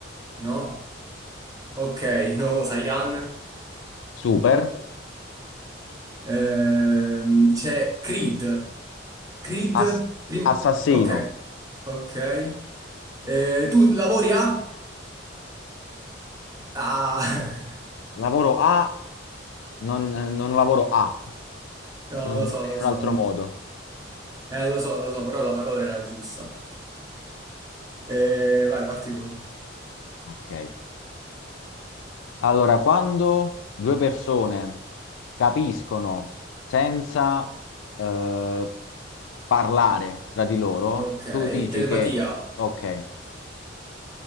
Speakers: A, on the right; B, on the left.
A: No? Ok, di nuovo Sayan.
B: Super,
A: Ehm, c'è Creed. Creed,
B: Ass-
A: prima...
B: assassino,
A: Ok, ok. Eh, tu lavori a? Ah, <laughs>
B: lavoro A, non, non lavoro A.
A: no,
B: Non
A: lo
B: dimmi
A: so, lo
B: in un
A: so.
B: altro modo.
A: Eh, lo so, lo so, però la parola era giusta. Eh, vai, parti tu.
B: Ok. Allora, quando due persone capiscono senza eh, parlare tra di loro,
A: Ok,
B: tu dici
A: telepatia,
B: che, ok,